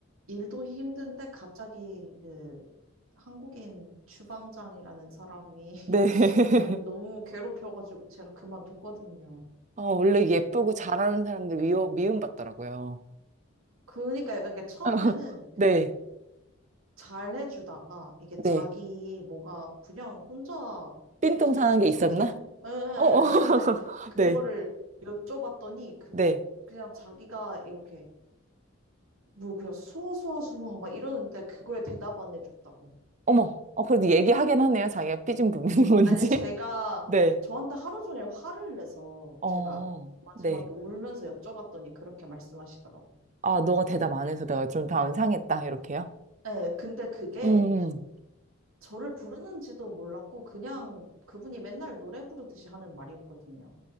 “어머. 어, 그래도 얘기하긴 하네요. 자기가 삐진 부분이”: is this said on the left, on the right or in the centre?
Right